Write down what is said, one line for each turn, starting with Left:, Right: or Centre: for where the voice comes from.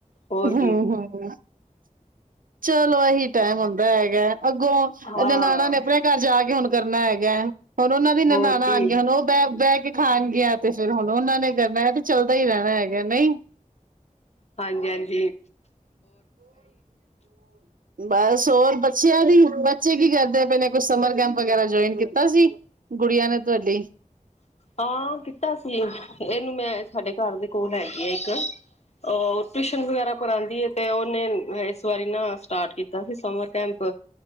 Left: ਹੋਰ
Right: ਹਮ
Left: ਕੀ
Right: ਹਮ ਚਲੋ ਐਹੀ ਟਾਈਮ ਹੁੰਦਾ ਹੈਗਾ ਅੱਗੋਂ,
Left: ਹਾਂ
Right: ਨਨਾਣਾਂ ਨੇ ਆਪਣੇ ਘਰ ਜਾ ਕੇ ਹੁਣ ਕਰਨਾ ਹੈਗਾ ਹੁਣ ਉਹਨਾਂ ਦੀ
Left: ਹੋਰ
Right: ਨਨਾਣਾਂ
Left: ਕੀ
Right: ਆਣਗੀਆਂ ਹੁਣ ਉਹ ਬਹਿ ਬਹਿ ਕੇ ਖਾਣਗੀਆਂ ਤੇ ਫਿਰ ਹੁਣ ਉਹਨਾਂ ਨੇ ਕਰਨਾ ਹੈ ਤੇ ਚੱਲਦਾ ਹੀ ਰਹਿਣਾ ਹੈਗਾ ਨਹੀਂ
Left: ਹਾਂਜੀ ਹਾਂਜੀ
Right: ਬਸ ਹੋਰ ਬੱਚਿਆਂ ਦੀ ਬੱਚੇ ਕੀ ਕਰਦੇ ਪਏ ਨੇ ਕੁਛ ਸਮਰ ਕੈਂਪ ਵਗੈਰਾ ਜੁਆਇਨ ਕੀਤਾ ਸੀ, ਗੁੜੀਆਂ ਨੇ ਤੁਹਾਡੀ
Left: ਹਾਂ ਕੀਤਾ ਸੀ। ਇਹਨੂੰ ਮੈਂ ਸਾਡੇ ਘਰ ਦੇ ਕੋਲ ਹੈਗੀ ਐ ਇੱਕ, ਉਹ ਟਿਊਸ਼ਨ ਵਗੈਰਾ ਪੜ੍ਹਾਉਂਦੀ ਐ ਤੇ ਉਹਨੇ ਇਸ ਵਾਰੀ ਨਾ ਸਟਾਰਟ ਕੀਤਾ ਸੀ ਸਮਰ ਕੈਂਪ